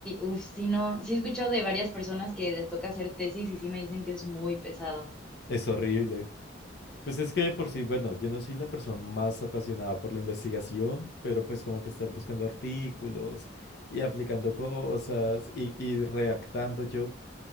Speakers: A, in the centre; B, on the left (about 55°).
A: uff, sí, no, sí he escuchado de varias personas que les toca hacer tesis y sí me dicen que es muy pesado.
B: Es horrible. Pues es que de por sí, bueno, yo no soy la persona más apasionada por la investigación, pero pues como que estar buscando artículos y aplicando cosas y, y redactando yo.